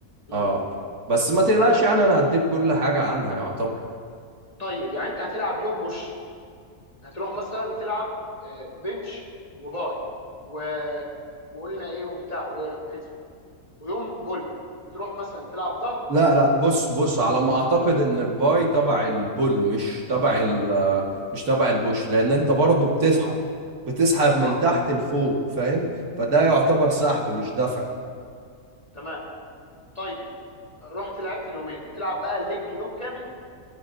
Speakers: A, on the left; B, on the right.
A: امم
B: أه بس ما تقلقش يعني أنا هديك كل حاجة عنها يعتبر
A: طيب يعني انت هتلعب يوم بوش هتروح مثلا تلعب آه، بنش وباي و... وقلنا ايه وبتاع و... وكتف ويوم بول هتروح مثلا تلعب ظهر
B: لا لا بص
A: و...
B: بص على ما أعتقد إن الباي تبع البول مش تبع ال مش تبع البوش لأن أنت برضه بتسحب بتسحب
A: اه
B: من تحت لفوق فاهم فده يعتبر
A: مم.
B: سحب مش دفع
A: تمام طيب رحت لعبت اليومين بتلعب بقى الليج يوم كامل